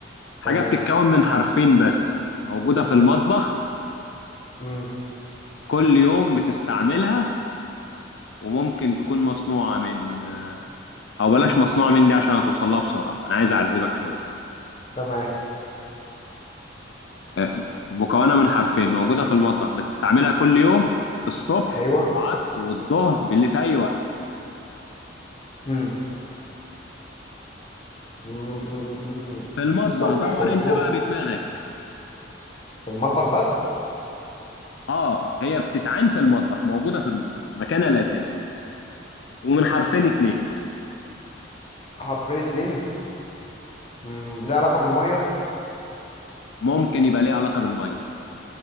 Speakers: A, on the left; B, on the left.
A: حاجة
B: تمام
A: بتتكون من حرفين بس موجودة في المطبخ
B: مم.
A: كل يوم بتستعملها وممكن تكون مصنوعة من أو بلاش مصنوعة من دي عشان هتوصلها بسرعة أنا عايز أعذبك شوية
B: تمام
A: آه، مكونة من حرفين موجودة في المطبخ بتستعملها كل يوم الصبح
B: ايوه
A: والعصر والظهر باللي في أي وقت
B: مم. مم. مم. مم.
A: في المطبخ
B: الصبح
A: دور
B: والظهر
A: انت بقى بدماغك
B: في المطبخ بس
A: اه هي بتتعان في المطبخ موجوده في المطبخ مكانها الاساسي ومن حرفين اتنين
B: حرفين اتنين مم. ليه علاقه بالميه
A: ممكن يبقى ليه علاقه بالميه